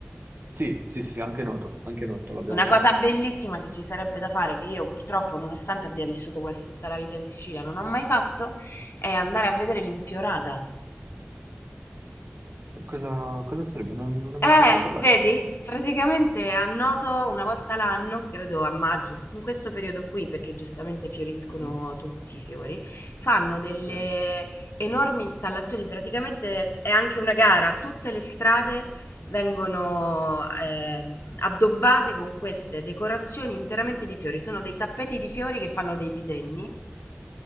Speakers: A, on the right (about 60°); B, on the left (about 70°).
A: Sì, sì, sì, sì, anche Noto, anche Noto l'abbiamo
B: Una
A: visto.
B: cosa bellissima che ci sarebbe da fare, che io purtroppo, nonostante abbia vissuto quasi tutta la vita in Sicilia, non ho mai fatto, è andare a vedere l'infiorata.
A: Cosa, cosa sarebbe? Non, non ne ho
B: Eh,
A: mai sentito parlare.
B: vedi? Praticamente annoto una volta l'anno, credo a maggio, in questo periodo qui, perché giustamente fioriscono
A: Mhm.
B: tutti i fiori, fanno delle
A: Eh,
B: enormi installazioni, praticamente è anche una gara, tutte le strade vengono ehm, addobbate con queste decorazioni interamente di fiori, sono dei tappeti di fiori che fanno dei disegni